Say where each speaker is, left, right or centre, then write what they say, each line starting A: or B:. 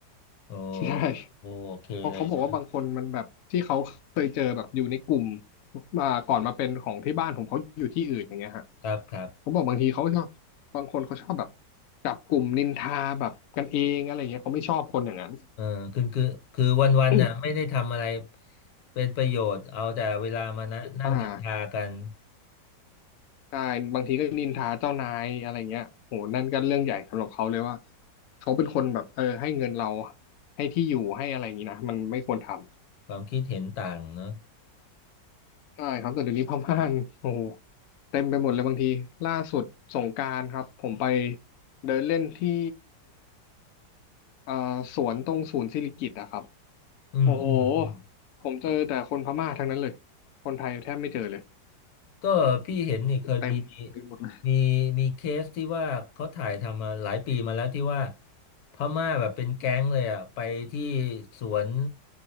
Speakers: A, on the left; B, on the left.
A: โอ
B: <laughs> ใช่
A: โอเคเลยนะ
B: เพราะเขาบอกว่าบางคนมันแบบที่เขาเคยเจอแบบอยู่ในกลุ่มอ่าก่อนมาเป็นของที่บ้านผมเขาอยู่ที่อื่นอย่างเงี้ยฮะ
A: ครับครับ
B: เขาบอกบางทีเขาชอบบางคนเขาชอบแบบจับกลุ่มนินทาแบบกันเองอะไรเงี้ยเขาไม่ชอบคนอย่างนั้น
A: เออคือคือคือวันวันน่ะไม่ได้ทำอะไร
B: <coughs>
A: เป็นประโยชน์เอาแต่เวลามานะนั่งนินทากัน
B: อ่าใช่บางทีก็นินทาเจ้านายอะไรเงี้ยโหนั่นก็เรื่องใหญ่สำหรับเขาเลยว่าเขาเป็นคนแบบเออให้เงินเราให้ที่อยู่ให้อะไรอย่างงี้นะมันไม่ควรทำ
A: ความคิดเห็นต่างเนอะ
B: ใช่ครับแต่เดี๋ยวนี้พม่านโอ้โหเต็มไปหมดเลยบางทีล่าสุดสงกรานต์ครับผมไปเดินเล่นที่เอ่อสวนตรงศูนย์สิริกิติ์อะครับ
A: อืมอืมอืม
B: โอ้โหผมเจอแต่คนพม่าทั้งนั้นเลยคนไทยแทบไม่เจอเลย
A: ก็พี่เห็นนี่เคยมี
B: คือเต็มไปหมดเลย
A: มีมีเคสที่ว่าเขาถ่ายทำมาหลายปีมาแล้วที่ว่าพม่าแบบเป็นแก๊งเลยอ่ะไปที่สวน